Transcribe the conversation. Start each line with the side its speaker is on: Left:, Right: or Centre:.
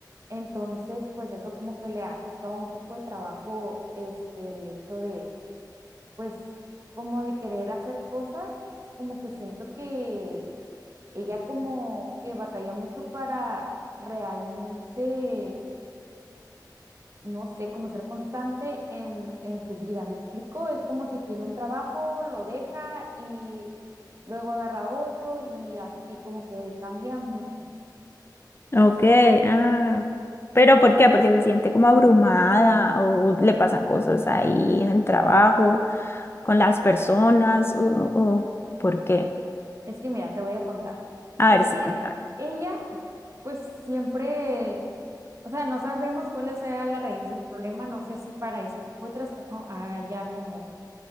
Right: Entonces, pues eso como que le ha costado un poco de trabajo, este, el hecho de, pues como de querer hacer cosas, como que siento que ella como que batalla mucho para realmente, no sé, como ser constante en, en su vida. ¿Me explico? Es como si tiene un trabajo, lo deja y luego agarra otro y así como que cambia mucho.
Left: Ok, ah, pero ¿por qué? Porque se siente como abrumada o le pasan cosas ahí en el trabajo, con las personas, o, o- ¿por qué?
Right: Es que mira, te voy a contar.
Left: A
Right: Es
Left: ver si
Right: que
Left: cuéntame.
Right: ella pues siempre O sea, no sabemos cuál sea la raíz del problema. No sé si para ese tipo de trastorno haya como